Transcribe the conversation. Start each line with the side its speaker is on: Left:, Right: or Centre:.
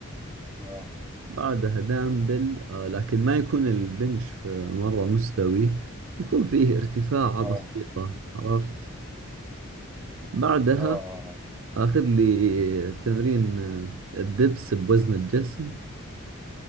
Centre: اه
Right: بعدها دامبل آه لكن ما يكون البنش آه، مرة مستوي يكون فيه ارتفاعة
Centre: اه
Right: بسيطة عرفت بعدها
Centre: اه آه. آه.
Right: أخذ لي تمرين آه، الدبس بوزن الجسم